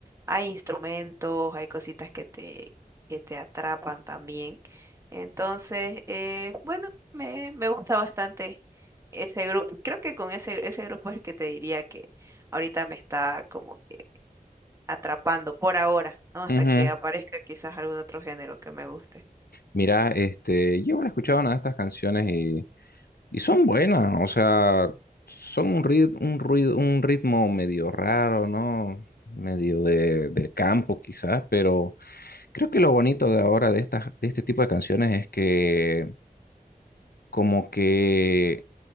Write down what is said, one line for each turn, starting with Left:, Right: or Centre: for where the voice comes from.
Right: hay instrumentos, hay cositas que te, que te atrapan también. Entonces, eh, bueno, me, me gusta bastante ese grupo. Creo que con ese, ese grupo es el que te diría que ahorita me está como que atrapando por ahora, ¿no? Hasta
Left: ujú.
Right: que aparezca quizás algún otro género que me guste.
Left: Mira, este, yo no he escuchado una de estas canciones y, y son buenas, o sea, son un rit- un ruido, un ritmo medio raro, ¿no? Medio de, del campo quizás, pero creo que lo bonito de ahora de estas, de este tipo de canciones es que como que